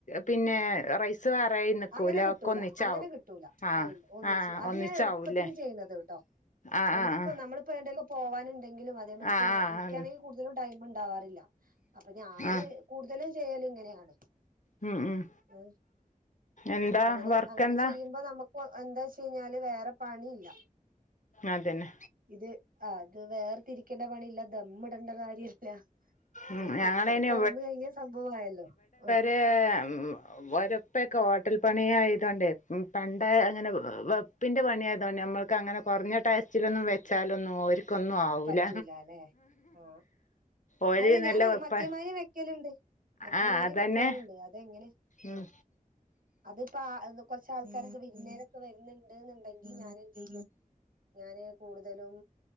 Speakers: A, on the left (about 60°); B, on the right (about 80°).
A: പിന്നെ റൈസ് വേറായി നിക്കൂല
B: അങ്ങനെ കിട്ടൂല
A: ഒക്കെ ഒന്നിച്ചാവും
B: അങ്ങനെ കിട്ടൂല
A: ആഹ്
B: അയിൽ ഒന്നിച്ച്
A: ആഹ്
B: അത്
A: ഒന്നിച്ചാവൂല്ലേ
B: ഞാൻ എളുപ്പത്തിന് ചെയ്യുന്നത് ട്ടോ
A: ആഹ്
B: എളുപ്പോ
A: ആഹ്
B: നമ്മളിപ്പോ ഏണ്ടേലും പോവാനുണ്ടെങ്കിലും അതേമാതിരി ഇപ്പ
A: ആഹ്
B: ഞ
A: ആഹ്
B: ഇൻക്കാണെങ്കിൽ
A: ആഹ്
B: കൂടുതലും ടൈമ്ണ്ടാവാറില്ല അപ്പൊ ഞാന്
A: ആഹ്
B: കൂടുതലും ചെയ്യലും ഇങ്ങനെയാണ്
A: ഉം ഉം
B: ഏഹ്
A: എന്താ
B: അപ്പൊ അങ്ങനെ
A: വർക്കെന്താ
B: അങ്ങനെ ചെയ്യുമ്പോ നമുക്ക് എന്താച്ചഴിഞ്ഞാല് വേറെ പണി ഇല്ല
A: അതന്നെ
B: ഇത് ആഹ് അത് വേർതിരിക്കേണ്ട പണിയില്ല ദമ്മിടേണ്ട കാര്യല്ല
A: ഉം
B: ഏഹ്
A: ഞങ്ങളയ്ന്
B: കുക്കർ തുറന്ന കഴിഞ്ഞ സംഭവ ആയല്ലോ ആഹ്
A: ഏഹ് ഉം വെരപ്പൊക്കെ ഹോട്ടൽ പണിയായതോണ്ടേ പണ്ട അങ്ങനെ വേപ് പ്പിൻ്റെ പണിയായതോണ്ട് നമ്മൾക്ക് അങ്ങന കുറഞ്ഞ ടേസ്റ്റിലൊന്നും വെച്ചാലൊന്നും ഓര് ക്കൊന്നും ആവൂല
B: പറ്റൂല അല്ലെ ആ
A: ഓര്
B: അല്ല ഞാനാ
A: നല്ല വെപ്പ
B: മറ്റെ മാരി വെ ക്കല്ണ്ട് മറ്റേമാരി
A: ആഹ് അതന്നെ
B: വെക്കാറുണ്ട് അതെങ്ങനെ ആഹ്
A: ഉം
B: അതിപാ ആ കൊർചെ ആൾക്കാരൊക്കെ വിരുന്നേരക്കെ വരുന്ന്ണ്ട്ന്ന്ണ്ടെങ്കിൽ ഞാൻ എന്ത് ചെയ്യും ഞാന് കൂടുതലും